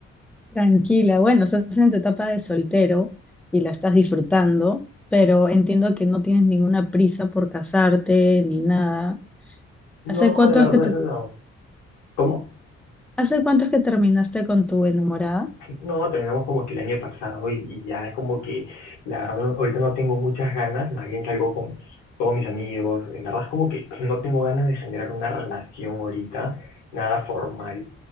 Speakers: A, in the centre; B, on the left.
A: Tranquila. Bueno, estás en tu etapa de soltero y la estás disfrutando, pero entiendo que no tienes ninguna prisa por casarte ni nada.
B: No,
A: ¿Hace cuánto
B: la verdad,
A: es que te-
B: no. ¿Cómo?
A: hace cuánto es que terminaste con tu enamorada?
B: No, terminamos como que el año pasado y, y ya es como que la verdad no- ahorita no tengo muchas ganas, más bien salgo con todos mis amigos, en verdad es como que no tengo ganas de generar una relación ahorita, nada formal,